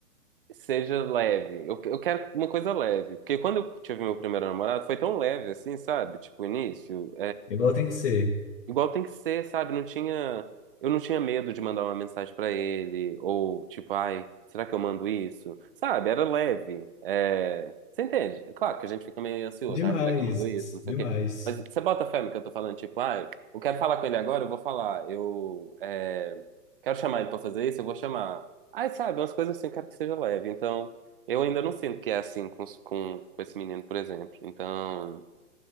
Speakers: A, on the right (about 40°); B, on the left (about 50°).
A: Seja leve. Eu, eu quero uma coisa leve. Porque quando eu tive meu primeiro namorado, foi tão leve assim, sabe? Tipo, o início.
B: Igual tem que ser.
A: Igual tem que ser, sabe? Não tinha, eu não tinha medo de mandar uma mensagem pra ele ou tipo, ai, será que eu mando isso? Sabe? Era leve. É, você entende? É Claro que a gente fica meio ansioso,
B: Demais,
A: ai, será que eu mando isso? Não sei
B: demais.
A: o quê. Mas você bota fé no que eu tô falando, tipo, ai, eu quero falar com ele agora, eu vou falar. Eu é, quero chamar ele pra fazer isso, eu vou chamar. Ai, sabe, umas coisas assim, eu quero que seja leve. Então, eu ainda não sinto que é assim com, os- com, com esse menino, por exemplo. Então,